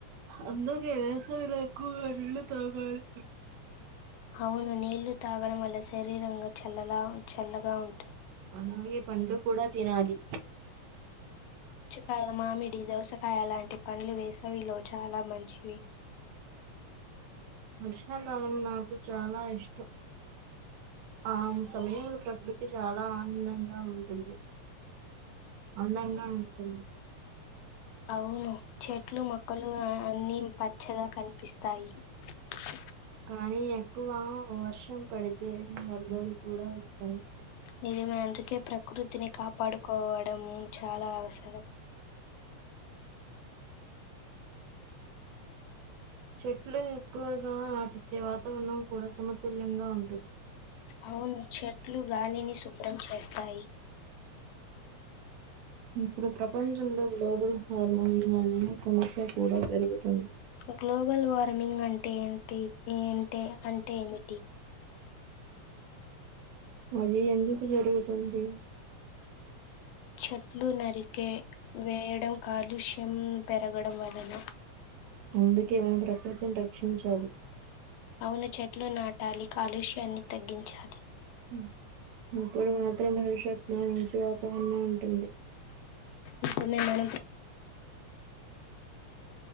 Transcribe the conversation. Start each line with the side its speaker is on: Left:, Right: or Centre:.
Right: అందుకే వేసవిలో నీళ్ళు ఎక్కువగా తాగాలి.
Left: అవును, నీళ్లు తాగడం వల్ల శరీరంగా చల్లగా ఉంటుంది.
Right: అలాగే, పండు కూడా తినాలి.
Left: పండు మామిడి, దోసకాయ లాంటి పండులు వేసేవిలో చాలా మంచివి.
Right: వర్షాకాలం నాకు చాలా ఇష్టం. ఆ సమయంలో ప్రకృతి చాలా ఆనందంగా ఉంటుంది. అందంగా ఉంటుంది.
Left: అవును, చెట్లు మొక్కలు అన్నీ పచ్చగా కనిపిస్తాయి. తాయి.
Right: కానీ ఎక్కువ వర్షం పడితే వరదలు కూడా వస్తాయి
Left: నిజమే అందుకే ప్రకృతిని కాపాడుకోవడం చాలా అవసరం
Right: చెట్లు ఎక్కువగా నాటితే వాతావరణం కూడా సమతుల్యంగా ఉంటుంది
Left: అవును చెట్లు గాలిని శుభ్రం చేస్తాయి
Right: ఇప్పుడు ప్రపంచంలో గ్లోబల్ హార్మోన్ అనే సమస్య కూడా పెరుగుతుంది
Left: గ్లోబల్ వార్మింగ్ అంటే ఏంటి <unintelligible> అంటే ఏమిటి
Right: అది ఎందుకు జరుగుతుంది
Left: చెట్లు నరికే వేయడం కాలుష్యం పెరగడం వలన
Right: అందుకే మనము ప్రకృతిని రక్షించాలి
Left: అవును చెట్లు నాటాలి కాలుష్యాన్ని తగ్గించాలి
Right: హ్మ ఇప్పుడు మాత్రమే భవిష్యత్ లో మంచి వాతావరణం ఉంటుంది
Left: ఇష్టమే మేడం